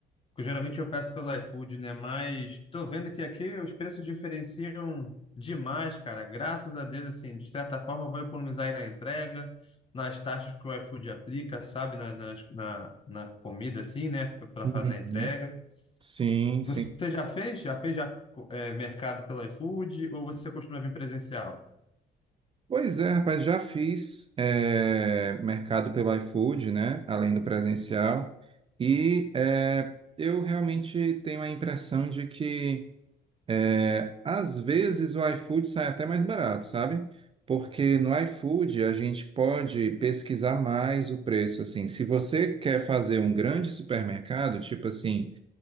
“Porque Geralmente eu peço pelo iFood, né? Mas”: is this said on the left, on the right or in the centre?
Left